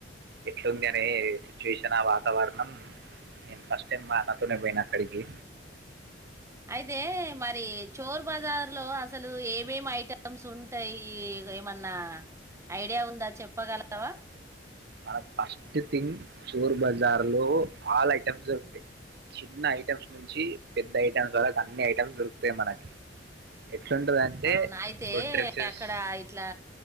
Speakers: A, on the right (about 60°); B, on the right (about 15°).
A: ఎట్లుంది అనే సిచ్యువేషన్ ఆ వా తవరణం నేను ఫస్ట్ టైమ్ మా అన్నతోనే పోయినా అక్కడికి
B: అయితే మరి చోర్ బజార్ లో అసలు ఏమేమి ఐటమ్స్ ఉంటాయి ఏమన్నా ఐడియా ఉందా చెప్పగలవా
A: మన ఫస్ట్ థింగ్ చోర్ బజార్ లో ఆల్ ఐటెమ్స్ దొరుకుతాయ్ చిన్న ఐటమ్స్ నుంచి పెద్ద ఐటమ్స్ వరకు అన్ని ఐటమ్స్ దొరుకుతాయి మనకి ఎట్లుంటుందంటే
B: అవునా అయితే
A: ఇప్పుడు డ్రెస్సెస్
B: అక్కడ ఇట్లా